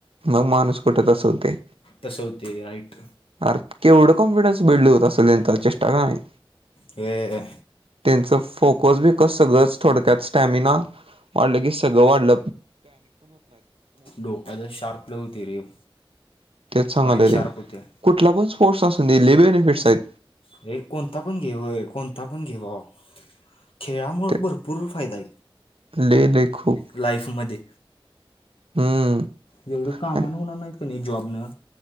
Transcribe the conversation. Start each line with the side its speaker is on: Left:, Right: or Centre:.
Right: मग माणुस कुठत तसं होतय
Left: तसं होते राईट
Right: अर केवढ कॉन्फिडन्स बिल्ड होत असल चेष्टा का नाही
Left: ऐ
Right: त्याचं फोकस बिकॉस सगळच थोडक्यात स्टॅमिना वाढल की सगळ वाढल
Left: डोक्याच शार्प लय होते रे-
Right: तेच सांगाले
Left: माइंड शार्प
Right: रे
Left: होते
Right: कुठला पण स्पोर्टस असुदे लय बेनिफिट्स आहेत
Left: हे कोणता पण घे कोणता पण घे भावा खेळामुळ
Right: ते
Left: भरपूर फायदा आहे
Right: लय लय खूप.
Left: लाईफमध्ये.
Right: हम्म.
Left: जेवढं कामानं
Right: आणि
Left: मुलांनात का नाही जॉबनं